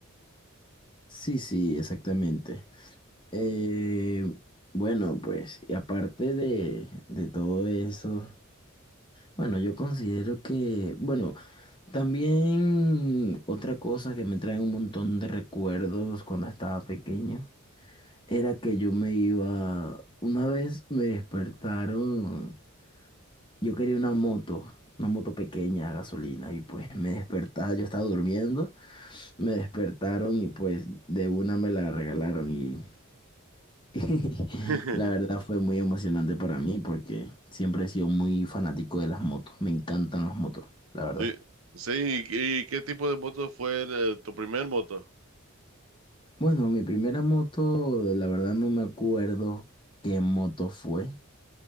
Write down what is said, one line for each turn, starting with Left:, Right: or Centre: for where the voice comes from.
Left: Sí, sí, exactamente. Eh, bueno, pues, y aparte de, de todo eso, bueno, yo considero que, bueno, también otra cosa que me trae un montón de recuerdos cuando estaba pequeño era que yo me iba, una vez me despertaron. Yo quería una moto, una moto pequeña a gasolina y pues me despertaba, yo estaba durmiendo, me despertaron y pues de una me la regalaron y, <laughs> y
Right: <laughs>
Left: la verdad fue muy emocionante para mí porque siempre he sido muy fanático de las motos, me encantan las motos, la verdad.
Right: Sí, sí, ¿y, y qué tipo de moto fue el, eh, tu primer moto?
Left: Bueno, mi primera moto, la verdad no me acuerdo qué moto fue.